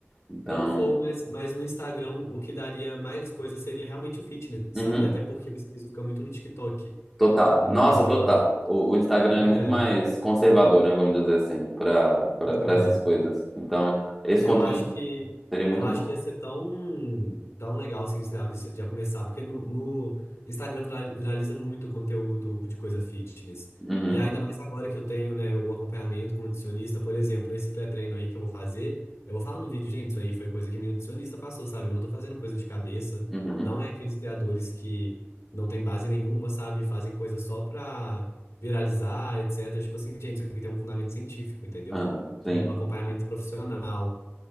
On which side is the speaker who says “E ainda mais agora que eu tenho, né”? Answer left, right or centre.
Left